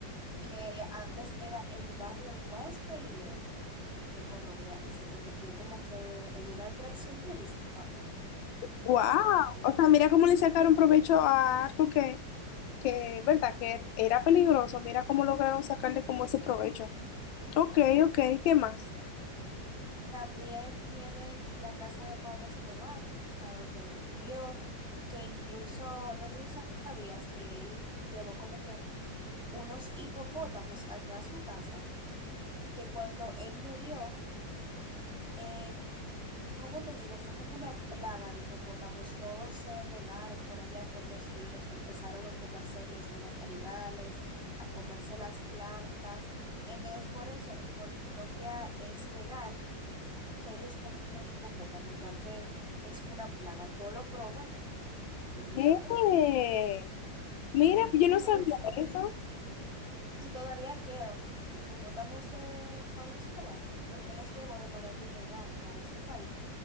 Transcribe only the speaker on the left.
Wow.
O sea, mira cómo le sacaron provecho a algo que, que, verdad, que era peligroso. Mira cómo lograron sacarle como ese provecho. Ok, ok, ¿qué más?
Eh, mira, yo no sabía
eso.